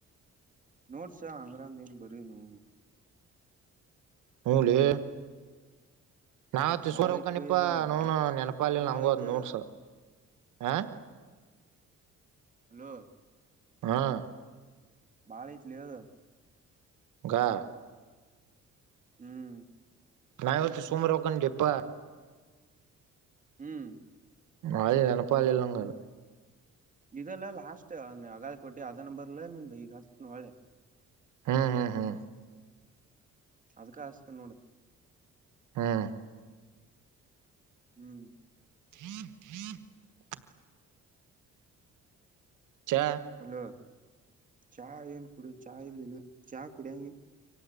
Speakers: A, on the right; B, on the right.
A: ನೋಡ್ಸ ಅದ್ರಂದ ಏನ ಬರೇನು
B: ಹೊಲೆ ನಾ ತ್ತಿಸಿಕೊರ
A: ಬಾಳ
B: ಹೊಕ್ಕೇನಪ್ಪಾ
A: ಐತ್ ಬೈ ಅದ
B: ನವನ್
A: ಬಾಳ
B: ನೆನಪಾಲಿಲ್ಲಿ
A: ಬಾಳ
B: ನಂಗೂ ಅದ
A: ಐತದ
B: ನೋಡ್ಸ ಹಾ
A: ಹಲೋ
B: ಹಾ
A: ಬಾಳ ಐತಲೇ ಅದ
B: ಗಾ
A: ಹ್ಮ್
B: ನಾವತ್ತು ಸೋಮರೋಕನ್ ಲೇಪ
A: ಹ್ಮ್
B: ಹೋಳ್ಳಿ ನೆನಪಾಲಿಲ್ಲ ನಂಗ ಅದ
A: ಇದೆಲ್ಲ ಲಾಸ್ಟ್ ಅಗಾಳಿ ಕೊಟ್ಟಿ ಅದ ನಂಬರ್ ನಿಂದ ಈಗ ಹಚ್ಚುತ್ತೇನೆ ಹೋಳ್ಳಿ
B: ಹೂ ಹೂ ಹೂ
A: ಅದಕ್ಕ ಹಸ್ತನ ನೋಡು
B: ಹಾ
A: ಹ್ಮ್
B: ಹ್ಮ್ ಹ್ಮ್ <unintelligible> ಚಾ
A: ಹಲೋ ಚಾ ಏನ್ ಕುಡಿ ಚಾ ಇಲ್ಲಿಗ ಚಾ ಕುಡಿಯಂಗಿಲ್ಲ